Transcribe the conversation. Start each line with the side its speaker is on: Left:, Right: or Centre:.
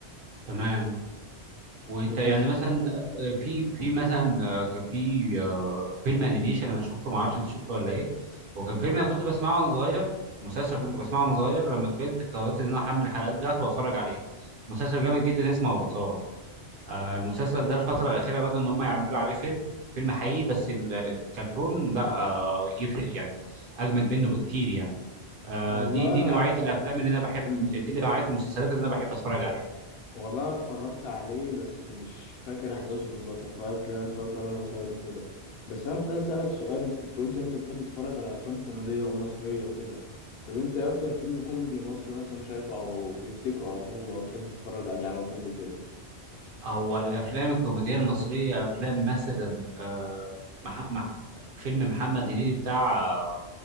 Right: تمام وانت يعني
Left: بس
Right: مثلا آه، في في مثلا آه، كان في آه، فيلم انيميشن انا شفته ما اعرفش انت شفته ولا ايه وكان فيلم انا كنت بسمعه وانا صغير مسلسل
Left: مم.
Right: كنت بسمعه وانا صغير لما كبرت قررت ان انا احمل الحلقات بتاعته واتفرج عليه مسلسل جامد جدا اسمه افاتار آه، المسلسل ده الفتره الاخيره بدأ ان هم يعملوا عليه فيلم فيلم حقيقي بس ال- الكرتون لا آه، يفرق يعني اجمد منه بكتير يعني آه،
Left: والله
Right: دي دي
Left: انا
Right: نوعيه الافلام اللي انا بحب
Left: مم.
Right: دي نوعيه المسلسلات اللي انا بحب اتفرج عليها
Left: والله انا اتفرجت عليه بس مش فاكر احداثه بالظبط فاكر انا اتفرجت عليه وانا صغير وكده بس انا كنت عايز اسالك سؤال انت كنت قلت ان انت بتحب تتفرج على افلام كوميديه ومصريه وكده طب انت ايه اكتر فيلم كوميدي مصري مثلا شايفه او بتفتكره على طول او تحب تتفرج عليه على طول وكده
Right: هو الافلام الكوميديه المصريه افلام مثلا آه مح... مح... فيلم محمد هنيدي بتاع آه